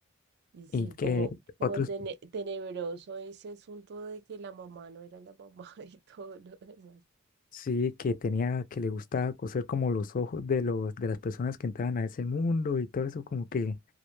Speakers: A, on the right; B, on the left.
A: Y sí,
B: Y que
A: como, como
B: otros
A: tene- tenebroso ese asunto de que la mamá no era la mamá <laughs> y todo lo demás.
B: Sí, que tenía, que le gustaba coser como los ojos de los, de las personas que entraban a ese mundo y todo eso, como que,